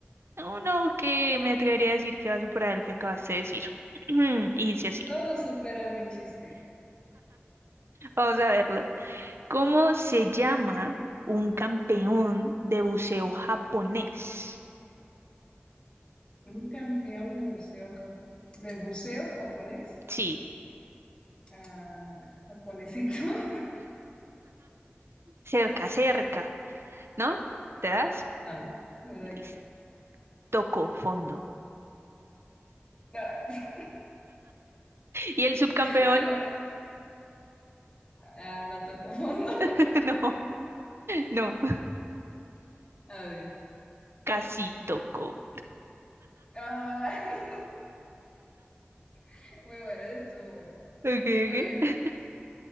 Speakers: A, on the right; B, on the left.
A: Uno que me atrevería a decir que va a superar el que acabaste de decir. <clears throat> Y dice así.
B: Todos superan mi chiste.
A: Vamos a verlo. ¿Cómo se llama un campeón de buceo japonés?
B: Un campeón de buceo, ja- de buceo japonés
A: Sí,
B: Ah, japonesito. <laughs>
A: cerca, cerca, ¿no? ¿Te das?
B: No, no era
A: Listo.
B: ahí.
A: Tocó fondo.
B: No,
A: ¿Y el subcampeón?
B: <laughs> bueno, ah, no toco fondo.
A: <laughs> No, no,
B: <laughs> A ver.
A: casi tocó.
B: Ay, <laughs> muy buena, estuvo buena.
A: Ok,
B: A
A: ok.
B: ver,